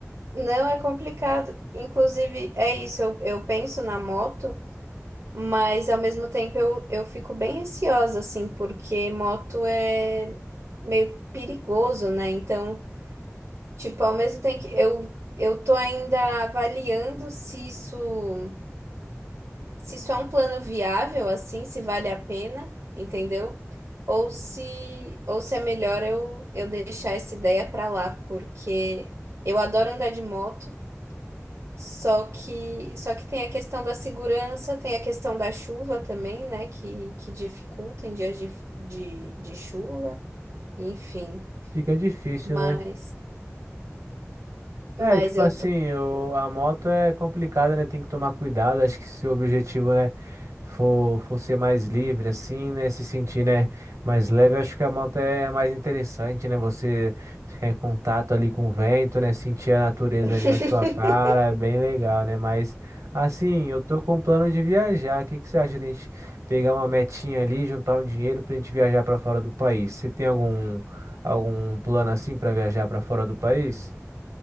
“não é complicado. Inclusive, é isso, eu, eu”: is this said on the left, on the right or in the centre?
Right